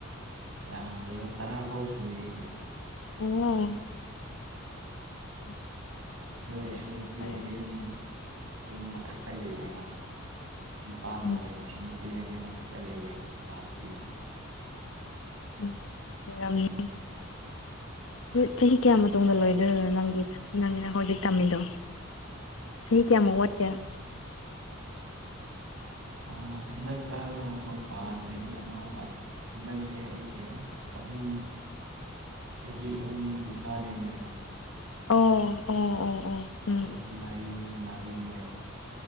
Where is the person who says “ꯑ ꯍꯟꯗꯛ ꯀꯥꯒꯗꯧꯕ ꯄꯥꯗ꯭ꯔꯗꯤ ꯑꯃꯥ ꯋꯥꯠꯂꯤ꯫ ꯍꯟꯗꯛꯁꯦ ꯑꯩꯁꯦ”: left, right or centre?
Right